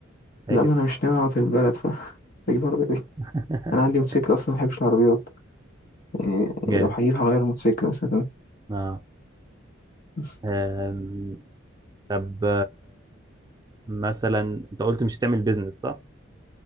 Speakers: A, on the right (about 20°); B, on the left (about 45°).
A: حاجه
B: لا ما انا مش ناوي اقعد في البلد فاهم <laughs> اجيب عربية ايه؟
A: <laughs>
B: انا عندي موتوسيكل اصلا ما بحبش العربيات يعني
A: جامد
B: لو هجيب هغير موتوسيكل مثلا
A: اه
B: بس
A: آم، طب مثلا انت قلت مش هتعمل بيزنس صح؟